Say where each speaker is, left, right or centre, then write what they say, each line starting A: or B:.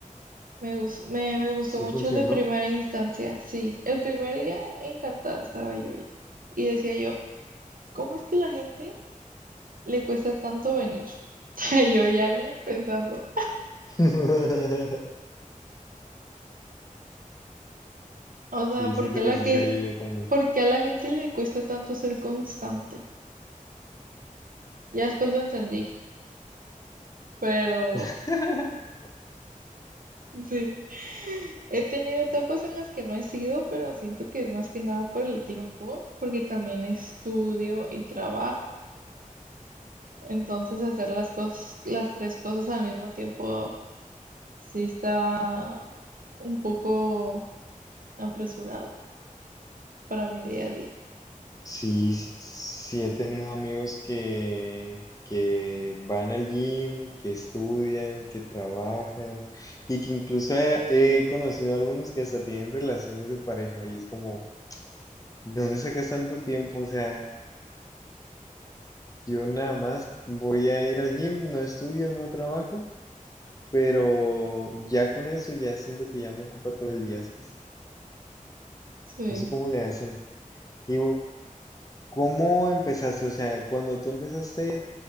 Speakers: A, on the right; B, on the left.
A: Me, gus- me, me gustó
B: sí
A: mucho
B: funcionó.
A: de primera instancia, sí. El primer día encantada estaba yo ya. Y decía yo, ¿cómo es que la gente le cuesta tanto venir? <laughs> Yo ya no, pensando.
B: <laughs>
A: O
B: Sí,
A: sea, ¿por
B: siento
A: qué la
B: que sí
A: que,
B: sería yo también.
A: por qué a la gente le cuesta tanto ser constante? Ya después lo entendí, pero
B: <laughs>
A: <laughs> sí. He tenido etapas en las que no he sido, pero siento que es más que nada por el tiempo, porque también estudio y trabajo. Entonces hacer las cosas, las tres cosas al mismo tiempo sí está un poco apresurado para mi día a día.
B: Sí, s- sí he tenido amigos que, que van al gym, que estudian, que trabajan y que incluso he, he conocido algunos que hasta tienen relaciones de pareja y es como, ¿de dónde sacas tanto tiempo? O sea... Yo nada más voy a ir al gym, no estudio, no trabajo, pero ya con eso ya siento que ya me ocupa todo el día, ¿sabes?
A: Sí.
B: No sé cómo le hacen. Y bueno, ¿cómo empezaste? O sea, cuando tú empezaste,